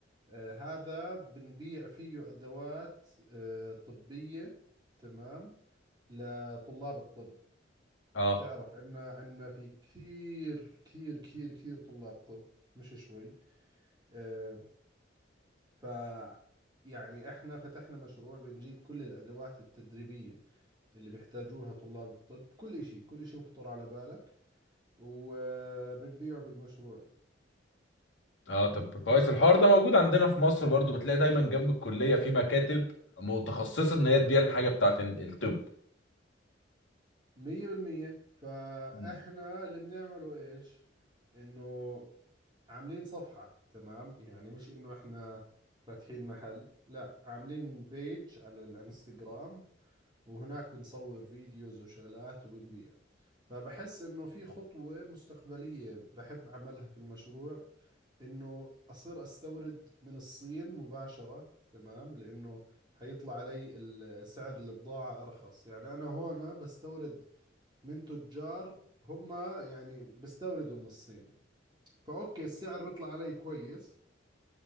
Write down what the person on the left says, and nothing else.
اه
اه طب كويس الحوار ده موجود عندنا في مصر برضو بتلاقي دايما جنب الكلية في مكاتب متخصصة ان هي تبيع الحاجة بتاعت ال- الطب
مم.